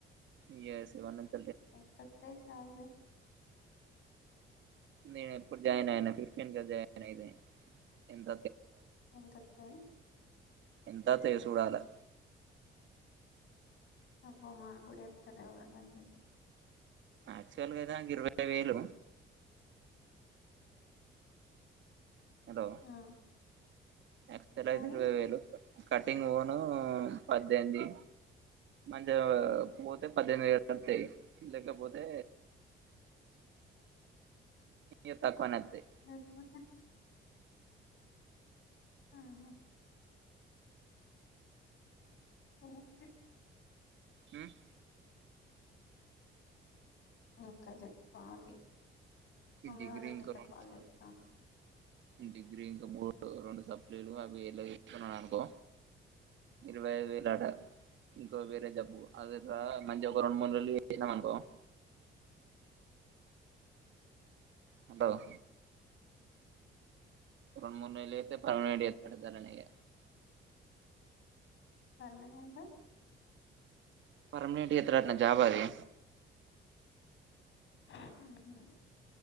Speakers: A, on the right; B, on the left.
A: ఇగ సెవన్ నుంచ్
B: ఎంతొత్తయ్ స్యాలరి
A: నేను ఎప్పుడు జాయిన్ అయిన? ఫిఫ్టీన్ గద జాయిన్ ఐంది ఎంత
B: ఎంతొత్తయ్?
A: ఎంతా వత్తాయో చూడాలా
B: అబ్బో మా గుడి అప్తనే ఒకండి
A: యాచువలగా ఐతే నాకి ఇరవై వేలు హెలో
B: ఆ
A: యాక్స్ వల్ అయితే
B: మరి
A: ఇరవై వేలు క కట్టింగ్ పోనీ పద్దెనిమిది, మంచిగా పోతే పద్దెనిమిది వేల <unintelligible> వరకు ఒతాయి, లేకపోతే. ఈ తక్కువనే వస్తాయ్.
B: లేకపోతే ఆహా. ఓకే.
A: హ్మ్.
B: ఇంకా, జెప్పాలి.
A: ఈ
B: ఆమే,
A: డిగ్రీ
B: వాళ్లేగిట్లా
A: ఇంకా రెండు
B: కాల్ చేత్తనా?
A: డిగ్రీ ఇంకా రెండు సప్లీలూ. అవి ఎలాతెస్కున్నాను అనుకో, ఇరవై ఐదు వేలు ఆట. ఇంకా వేరే జాబ్ అది రా. మంచి జాబ్ రెండు మూడు నెలలు చేసినం అనుకో. హాల్లో. రెండు మూడు నెలలు అయితే పర్మనెంట్ చేత్తడు ఇద్దర్నీ ఇగ.
B: పర్మనెంట్.
A: పర్మినెంట్ చేస్తరటనా జాబ్ అది?
B: ఊహూ.